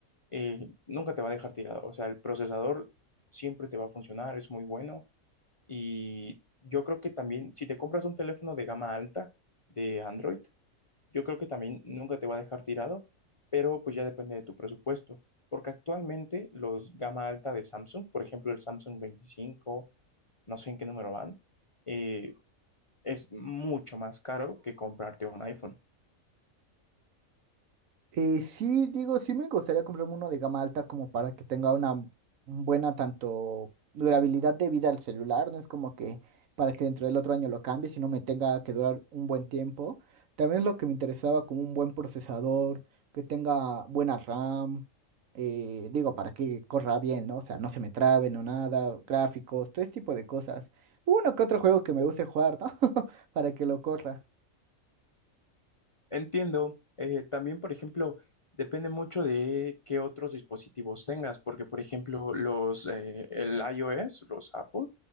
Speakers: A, on the left; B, on the right.
A: eh, nunca te va a dejar tirado, o sea, el procesador siempre te va a funcionar, es muy bueno, y yo creo que también si te compras un teléfono de gama alta de Android, yo creo que también nunca te va a dejar tirado, pero pues ya depende de tu presupuesto, porque actualmente los gama alta de Samsung, por ejemplo el Samsung 25, no sé en qué número van, eh, es mucho más caro que comprarte un iPhone.
B: Eh, sí, digo, sí me gustaría comprarme uno de gama alta como para que tenga una buena tanto durabilidad de vida al celular, no es como que para que dentro del otro año lo cambie, sino me tenga que durar un buen tiempo. También lo que me interesaba como un buen procesador, que tenga buena RAM, eh, digo, para que corra bien, ¿no? O sea, no se me trabe, no nada, gráficos, todo ese tipo de cosas. Uno que otro juego que me guste jugar, ¿no? <laughs> Para que lo corra.
A: Entiendo. Eh, también, por ejemplo, depende mucho de qué otros dispositivos tengas, porque, por ejemplo, los, eh, el iOS, los Apple,